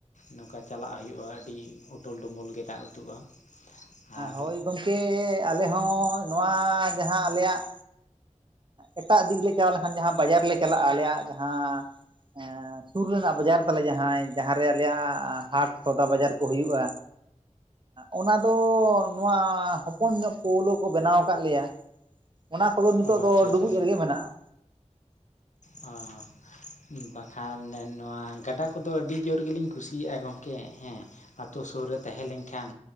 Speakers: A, on the left (about 70°); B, on the right (about 40°).
A: ᱱᱚᱠᱟ ᱪᱟᱞᱟᱜ ᱦᱩᱭᱩᱜᱼᱟ ᱟᱹᱰᱤ ᱩᱴᱩᱞ ᱰᱩᱢᱩᱞ ᱜᱮ ᱫᱟᱜ ᱩᱛᱩᱜᱼᱟ ᱟᱨ
B: ᱦᱳᱭ ᱜᱚᱢᱠᱮ ᱟᱞᱮ ᱦᱚᱸ ᱱᱚᱣᱟ ᱡᱟᱸᱦᱟ ᱟᱞᱮᱭᱟᱜ ᱮᱴᱟᱜ ᱫᱤᱠᱞᱮ ᱪᱟᱣ ᱞᱮᱠᱷᱟᱱ ᱡᱟᱦᱟ ᱵᱟᱡᱟᱨ ᱞᱮ ᱪᱟᱞᱟᱜᱼᱟ ᱟᱞᱮᱭᱟᱜ ᱡᱟᱦᱟᱸ ᱮᱸ ᱥᱩᱨ ᱨᱮᱱᱟᱜ ᱵᱟᱡᱟᱨ ᱛᱟᱞᱮ ᱡᱟᱸᱦᱟᱭ ᱡᱟᱸᱦᱟᱨᱮ ᱟᱞᱮᱭᱟᱜ ᱦᱟᱴ ᱥᱚᱫᱟ ᱵᱟᱡᱟᱨ ᱠᱚ ᱦᱩᱭᱩᱜᱼᱟ ᱚᱱᱟ ᱫᱚ ᱱᱚᱣᱟ ᱦᱚᱯᱚᱱ ᱧᱚᱜ ᱯᱳᱣᱞᱳ ᱠᱚ ᱵᱮᱱᱟᱣ ᱠᱟᱜ ᱞᱮᱭᱟ ᱚᱱᱟ ᱠᱚᱫᱚ ᱱᱤᱛᱚᱜ
A: ᱚ
B: ᱫᱚ
A: ᱟᱪᱪᱷᱟ ᱟᱪᱪᱷᱟ
B: ᱰᱩᱵᱩᱡ ᱨᱮᱜᱮ ᱢᱮᱱᱟᱜᱼᱟ
A: ᱦᱚ ᱦᱚ ᱵᱟᱠᱷᱟᱱ ᱱᱚᱣᱟ ᱜᱟᱰᱟ ᱠᱚᱫᱚ ᱟᱹᱰᱤ ᱡᱳᱨ ᱜᱮᱞᱤᱧ ᱠᱩᱥᱤᱭᱟᱜᱼᱟ ᱜᱚᱝᱠᱮ ᱦᱮᱸ ᱟᱛᱳ ᱥᱳᱨ ᱨᱮ ᱛᱟᱦᱮ ᱞᱮᱱᱠᱷᱟᱱ